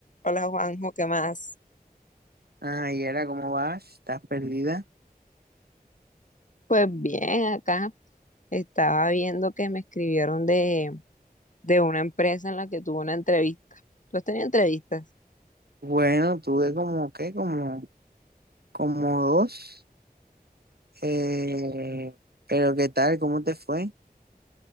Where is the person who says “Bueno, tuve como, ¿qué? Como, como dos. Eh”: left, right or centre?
Right